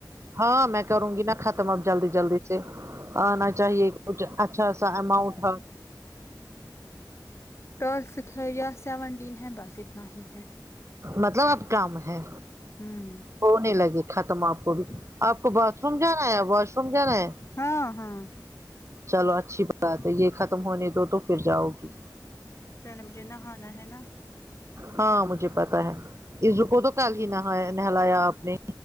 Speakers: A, on the right (about 40°); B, on the left (about 35°).
A: ہاں میں کروں گی نا ختم اب جلدی جلدی سے آنا چاہیے کچھ اچھا سا اماؤنٹ ہ
B: ٹاسک یا سیونٹین ہے بس اتنا ہی ہے
A: مطلب اب کم ہے
B: ہوں
A: ہونے لگے ختم آپ کو بھی آپ کو باتھ روم جانا ہے واش روم جانا ہے
B: ہاں ہاں
A: چلو اچھی بات ہے یہ ختم ہونے دو تو پھر جاؤ گی
B: پہلے مجھے نہانا ہے نا
A: ہاں مجھے پتا ہے ازو کو تو کل ہی نہایا نہلایا آپ نے